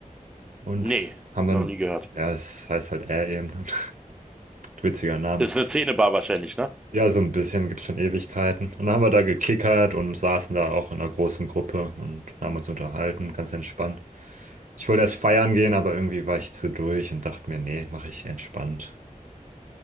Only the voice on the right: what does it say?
Und
haben dann,
ja, es heißt halt Äh eben. <laughs> Witziger Name.
Ja, so ein bisschen gibt's schon Ewigkeiten. Und dann haben wir da gekickert und saßen da auch in einer großen Gruppe und haben uns unterhalten, ganz entspannt. Ich wollte erst feiern gehen, aber irgendwie war ich zu durch und dachte mir, nee, mache ich entspannt.